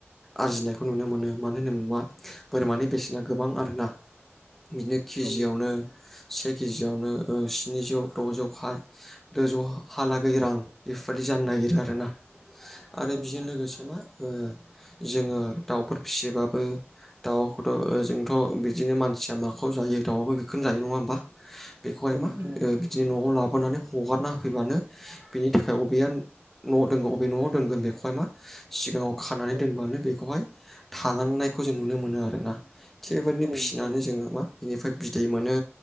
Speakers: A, in the centre; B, on the right.
A: आरजिनायखौ नुनो मोनो मानो होन बुबा बोरमानि बेसेना गोबां आरोना। बिदिनो केजियावनो
B: औ
A: से कजियावनो ओ स्निजौ द'जौ खाय दज' हालागै रां बेफोरबायाददि जानो नागिरो आरोना। आरो
B: औ
A: बिजों
B: नोंथां
A: लोगोसे
B: औ
A: मा ओ जोङो दाउफोर फिसिबाबो दाउखौथ' ओजोंथ' बिदिनो मानसिया माखौ जायो दाउआबो बेखौनो जायो नङा होमबा बेखौहाय
B: औ
A: मा
B: नोंथां औ
A: ओ <unintelligible> न'आव लाबोनानै हगारना होफैबानो बेनि थाखाय बबेया न'आव दोनगोन अबे न'आव दोनगोन बेखौहाय मा सिगाङाव खानानै
B: औ
A: दोनबानो बेखौहाय थालांनायखौ जों नुनो मोनो आरोना <unintelligible>
B: औ
A: फिसिनानै
B: नोंथां औ
A: जोङो मा बिनिफ्राय बिदै मोनो